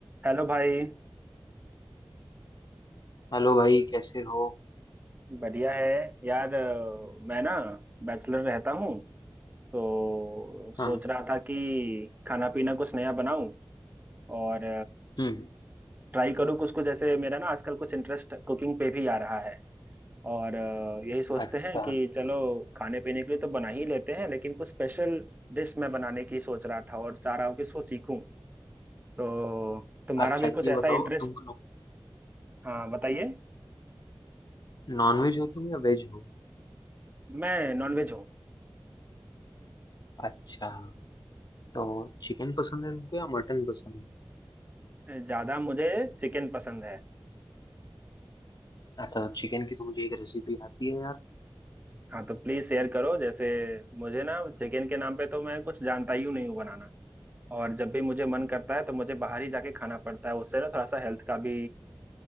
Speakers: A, on the right; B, on the left.
A: Hello भाई
B: Hello भाई कैसे हो
A: बढ़िया है यार अ, मैं ना बैचलर रहता हूँ तो
B: हाँ
A: सोच रहा था कि खाना पीना कुछ नया बनाऊं और
B: हम्म
A: ट्राई करूँ कुछ कुछ जैसे मेरा ना आजकल कुछ इंटरेस्ट कुकिंग पे भी आ रहा है और अ, यही सोचते
B: अच्छा
A: हैं कि चलो खाने पीने के लिए तो बना ही लेते हैं लेकिन कुछ स्पेशल डिश मैं बनाने की सोच रहा था और चाह रहा हूँ कि इसको सीखूं तो तुम्हारा
B: अच्छा
A: भी कुछ
B: ये
A: ऐसा
B: बताओ
A: इंटरेस्ट
B: तुम
A: हाँ बताइए
B: नॉन वेज हो तुम या वेज हो
A: मैं नॉनवेज हूँ
B: अच्छा तो चिकन पसंद है तुमको या मटन पसंद है
A: ज्यादा मुझे चिकन पसंद है
B: अच्छा तो चिकन की तो मुझे एक रेसिपी आती है यार
A: हाँ तो प्लीज शेयर करो जैसे मुझे ना चिकन के नाम पे तो मैं कुछ जानता ही नहीं हूँ बनाना और जब भी मुझे मन करता है तो मुझे बाहर ही जाके खाना पड़ता है उससे ना थोड़ा सा हेल्थ का भी